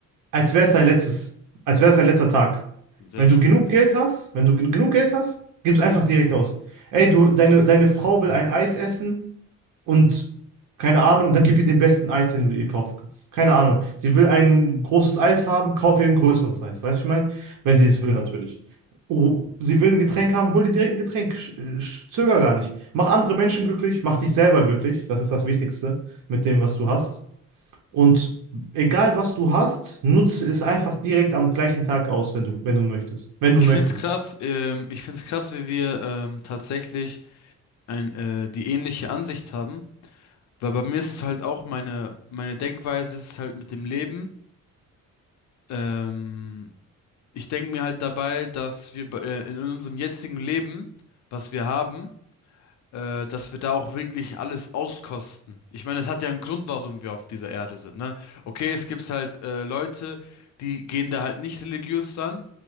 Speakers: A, on the right (about 75°); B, on the left (about 65°).
A: als wäre es dein letztes, als wäre es dein letzter Tag.
B: Sehr
A: Wenn
B: stark.
A: du genug Geld hast, wenn du gen- genug Geld hast, gib es einfach direkt aus. Ey, du, deine, deine Frau will ein Eis essen und keine Ahnung, dann gib ihr den besten Eis, den du ihr kaufen kannst. Keine Ahnung. Sie will ein großes Eis haben, kauf ihr ein größeres Eis. Weißt du, was ich meine? Wenn
B: Mhm.
A: sie es will, natürlich. Oh, sie will ein Getränk haben, hol dir direkt ein Getränk. Sch- äh, sch- Zöger gar nicht. Mach andere Menschen glücklich, mach dich selber glücklich. Das ist das Wichtigste mit dem, was du hast. Und egal, was du hast, nutze es einfach direkt am gleichen Tag aus, wenn du, wenn du möchtest. Wenn
B: Ich
A: du möchtest.
B: find's krass, ähm, ich find's krass, wie wir ähm, tatsächlich ein, äh, die ähnliche Ansicht haben. Weil bei mir ist es halt auch meine, meine Denkweise ist halt mit dem Leben. Ähm, ich denke mir halt dabei, dass wir bei- äh, in unserem jetzigen Leben, was wir haben, äh, dass wir da auch wirklich alles auskosten. Ich meine, es hat ja einen Grund, warum wir auf dieser Erde sind, ne? Okay, es gibt halt äh, Leute, die gehen da halt nicht religiös dann